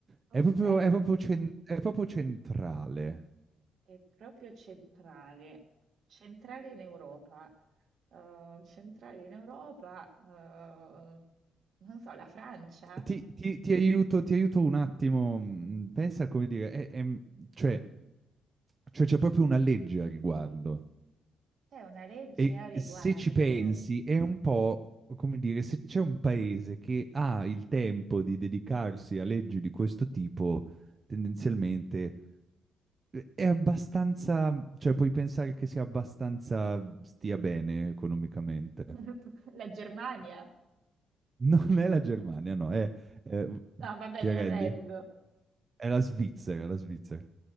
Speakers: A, on the right; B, on the right.
A: Ok.
B: È proprio, è proprio cen- è proprio centrale.
A: È proprio centrale, centrale in Europa, eh, centrale in Europa, eh, non so, la Francia
B: Ti, ti- ti aiuto, ti aiuto un attimo, mh, pensa come dire, è- è- cioè, cioè c'è proprio una legge a riguardo
A: c'è una legge
B: e
A: a riguardo,
B: se ci pensi è un po' come dire, se c'è un paese che ha il tempo di dedicarsi a leggi di questo tipo, tendenzialmente eh, è abbastanza, cioè puoi pensare che sia abbastanza stia bene economicamente.
A: <laughs> la Germania,
B: Non è la Germania, no, è, è-
A: no, vabbè,
B: ti
A: mi
B: arrendi?
A: arrendo.
B: È la Svizzera, è la Svizzera.